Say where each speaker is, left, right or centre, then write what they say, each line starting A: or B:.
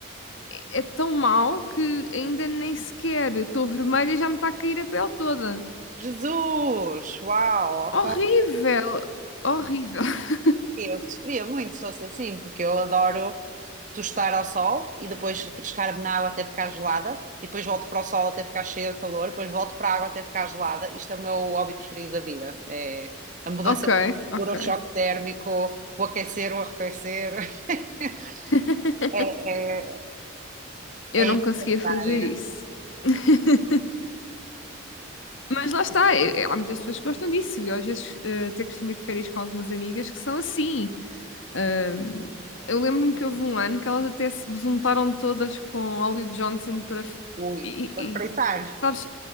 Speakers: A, on the left; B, on the right.
A: é tão mau que ainda nem sequer estou vermelha e já me está a cair a pele toda.
B: Jesus! Uau, ok.
A: Horrível, horrível. <laughs>
B: Eu sofria muito se fosse assim, porque eu adoro tostar ao sol e depois refrescar-me na água até ficar gelada, e depois volto para o sol até ficar cheia de calor, depois volto para a água até ficar gelada. Isto é o meu hobby preferido da vida. É a mudança
A: Ok,
B: de temperatura,
A: ok.
B: o choque térmico, o aquecer, o arrefecer. <laughs>
A: <laughs>
B: É, é,
A: Eu
B: é
A: não
B: ir
A: conseguia
B: para a
A: fazer
B: praia.
A: isso. <laughs> Mas lá está, eu- eu- há muitas pessoas que gostam disso. Eu às vezes eh, até costumo ir de férias com algumas amigas que são assim. Ahm, eu lembro-me que houve um ano que elas até se besuntaram todas com óleo de Johnson para f-
B: Ui,
A: e,
B: para
A: e-
B: fritar.
A: e, sabes,